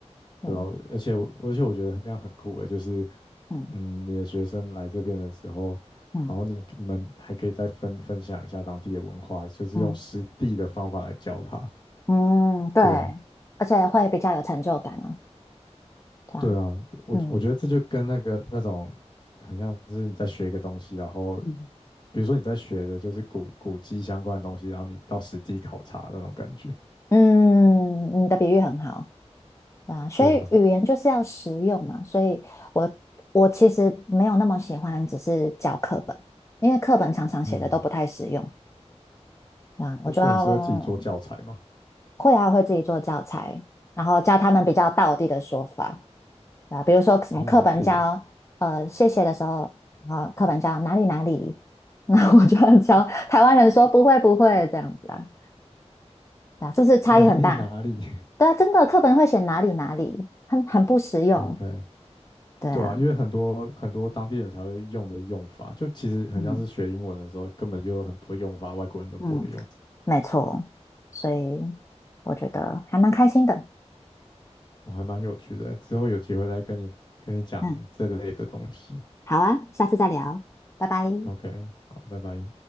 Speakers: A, on the left; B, on the left.
A: 对，
B: 对吧？而且我而且我觉得这样很酷诶，就是
A: 嗯
B: 嗯，你的学生来这边的时候，
A: 嗯
B: 然后你你们还可以再分分享一下当地的文化，就是用实地的方法来教他。
A: 嗯。嗯，对，
B: 对啊，
A: 而且会比较有成就感啊，对吧？
B: 对啊，我我觉得这就跟那个那种
A: 嗯
B: 很像是你在学一个东西，然后
A: 嗯，
B: 比如说你在学的就是古古迹相关的东西，然后你到实地考察那种感觉。
A: 嗯，你的比喻很好，对啊，所以语言就是要实用嘛，
B: 对啊，
A: 所以我我其实没有那么喜欢只是教课本，因为课本常常写的都不太实用，
B: 嗯，
A: 对啊，
B: 哦，
A: 我就要
B: 所以你是会自己做教材吗？
A: 会啊会自己做教材，然后教他们比较道地的说法。啊，比如说什么课本教呃谢谢的时候，
B: 哦，好酷哦，
A: 啊，课本教哪里哪里，<laughs> 那我就要教台湾人说不会不会这样子啊，啊，是不是差异很大？
B: <laughs> 哪里哪里
A: 对啊，真的课本会写哪里哪里，很很不实用。
B: <laughs>？OK，
A: 对啊，
B: 对啊，因为很多很多当地人才会用的用法，就其实很像是学英文的时候，
A: 嗯
B: 根本就有很多用法，外国人都不会用，
A: 嗯，没错，所以我觉得还蛮开心的。
B: 我还蛮有趣的。之后有机会再跟你跟你讲这类的东西。
A: 嗯，好啊，下次再聊，拜拜。
B: OK，好，拜拜。